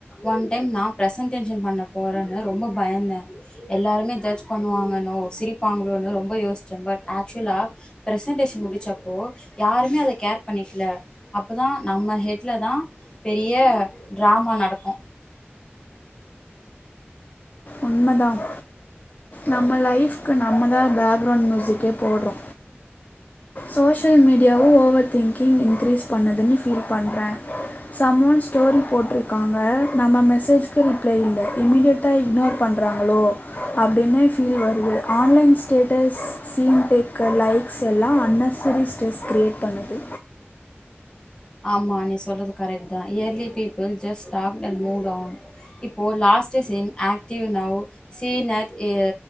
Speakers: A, on the left; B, on the left.
A: ஒன் டைம் நா பிர்சன்டேஷன் பண்ண போறேன்னு ரொம்ப பயந்தே எல்லாருமே ஜட்ஜ் பண்ணுவாங்கன்னோ சிரிப்பாங்களோ ரொம்ப யோசிச்சேன் பட் ஆக்சுவலா பிரசன்டேஷன் முடிச்ச ப்போ யாருமே அத கேர் பண்ணிக்கல அப்பதா நம்ம ஹேட்ல தா பெரிய டிரமா நடக்கு
B: ஒன்பதாம் நம்ம லைஃப்கு நம்ம தா பேக்ரவுண்ட் மியூசிக்கே போடுறோ சோஷியல் மீடியாவு ஓவர் திங்கிங் இன்க்ரீஸ் பண்ணுதுன்னு ஃபீல் பண்ணுறே சமன் ஒன் ஸ்டோரி போட்டிருக்காங்க நம்ம மெசேஜ்க்கு ரிப்ளை இல்ல இமீடியட்டாக இக்னோர் பண்றாங்களோ அப்டின்னு ஃபீல் வருது online status seen taker likes எல்லா அன்னெஸசரி ஸ்ட்ரெஸ் க்ரீயேட் பண்ணுது
A: ஆமா நீ சொல்றது கரெக் தா early people just talk then mood on இப்போ last seen active now seen at a